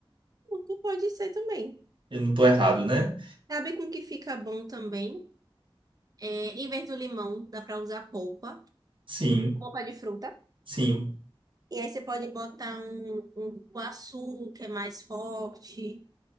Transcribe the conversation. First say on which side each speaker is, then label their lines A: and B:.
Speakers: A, on the right; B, on the right.
A: Muito Pode ser também.
B: Eu não tô errado, né?
A: Sabe com que fica bom também? É, em vez do limão, dá pra usar polpa.
B: Sim,
A: Polpa de fruta.
B: sim.
A: E aí você pode botar um, um cupuaçu, que é mais forte.